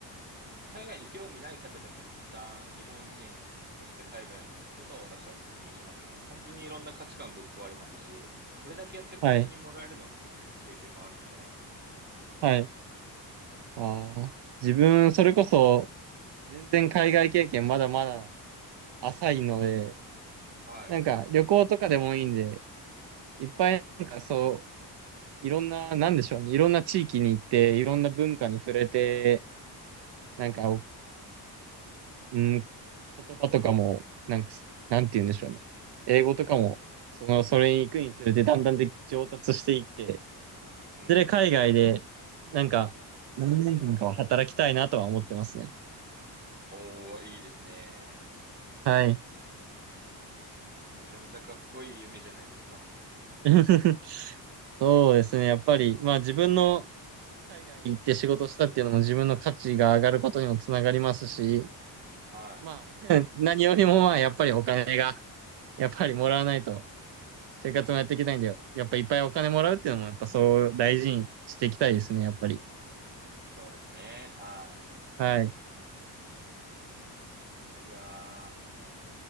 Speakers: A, on the right; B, on the right.
A: 海外に興味ない方でも一旦日本人として海外に行くことを私はお勧めしますね。本当にいろんな価値観ぶっ壊れますし、これだけやってこんなにもらえるのっていう経験もあるので、
B: はい、はい。ああ、自分それこそ全然海外経験まだまだ浅いので、
A: はい。
B: なんか旅行とかでもいいんで、いっぱいなんかそう、いろんな、なんでしょうね、いろんな地域に行って、いろんな文化に触れて、なんかうん、言葉とかも、なんか、なんて言うんでしょうね。英語とかも、その、それに行くにつれて、だんだんで上達していって、
A: うん。
B: いずれ海外で、なんか、何年間かは働きたいなとは思ってますね。
A: おー、いいですね。
B: はい。
A: めちゃめちゃかっこいい夢じゃないですか。
B: <laughs> そうですね。やっぱり、まあ自分の海外行って仕事したっていうのも自分の価値が上がることにもつながりますし、
A: は
B: まあ <laughs>、何よりもまあやっぱりお金が、やっぱりもらわないと生活もやっていきたいんだよ。
A: い。うん。
B: やっぱいっぱいお金もらうっていうのも、やっぱそう大事にしていきたいですね、やっぱり。
A: そうですね。は
B: はい。
A: い。いやー、